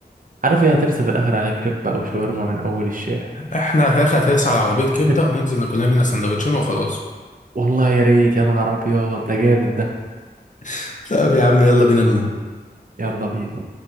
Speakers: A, on the right (about 50°); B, on the left (about 45°).
A: عارف ايه هترسى في الاخر على كريب او شاورما من اول الشارع
B: احنا في الاخر هترسى على عربيه كبده
A: <laughs>
B: وننزل ناكل لنا منها سندوتشين وخلاص
A: والله يا ريت يا نهار ابيض ده جامد ده
B: <laughs> طب يا عم يلا بينا نقوم
A: يلا بينا